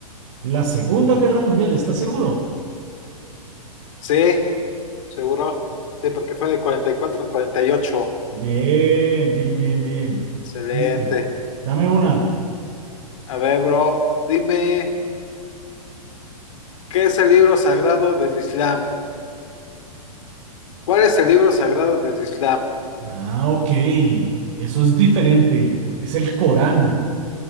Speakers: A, on the right; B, on the left.
A: La Segunda Guerra Mundial, ¿estás seguro?
B: Sí, seguro. Sí, porque fue de 44 en 48.
A: Bien, bien, bien, bien.
B: Excelente.
A: Listo. Dame una.
B: A ver, bro, dime, ¿qué es el libro sagrado del Islam? ¿Cuál es el libro sagrado del Islam?
A: Ah, ok. Eso es diferente. Es el Corán.